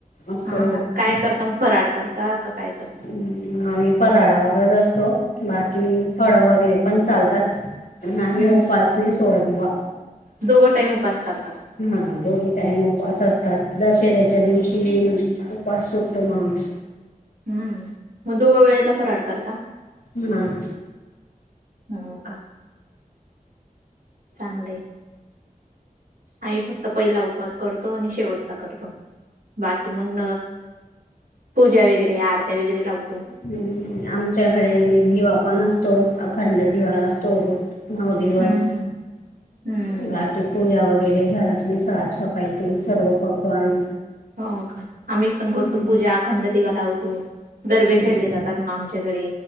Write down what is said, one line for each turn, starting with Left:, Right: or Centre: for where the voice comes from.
Left: असतो
Right: हां का.
Left: अं,
Right: काय करता? मग फराड करता का काय करता?
Left: हम. आम्ही फराडावरच असतो. बाकी फळं वगैरे पण चालतात. नाही
Right: हम्म
Left: उपास नाही सोडत बुवा.
Right: दोघं टाईम उपास करता का?
Left: हा दोन्ही टाइम उपवास असतात. दशऱ्याच्या दिवशी उपवास सोडतो माणूस.
Right: हम्म. मग दोघं वेळेला फराड करता.
Left: हम.
Right: हो का. चांगल आहे. आई फक्त तर पहिला उपवास करतो आणि शेवटचा करतो बाकी मग पूजा वैगरे आरत्या वगैरे लाव
Left: ह. आमच्याकडे दिवा पण असतो. अखंड दिवा असतो. नऊ दिवस
Right: हम्म हम्म हम्म
Left: बाकी पूजा वगैरे घरातली साफसफाई तेन सर्व करतो आम्ही.
Right: हो का. आम्ही पण
Left: हम्म
Right: करतो पूजा. अखंड दिवा लावतो. गरबे
Left: हम्म
Right: खेळले जातात मग आमच्याकडे.